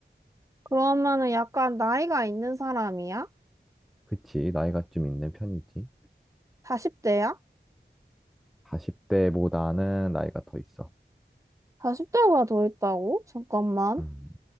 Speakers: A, on the right (about 15°); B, in the centre.
A: 그러면은 약간 나이가 있는 사람이야?
B: 그치, 나이가 좀 있는 편이지.
A: 40대야?
B: 40대보다는 나이가 더 있어.
A: 40대가 더 있다고? 잠깐만.
B: 음,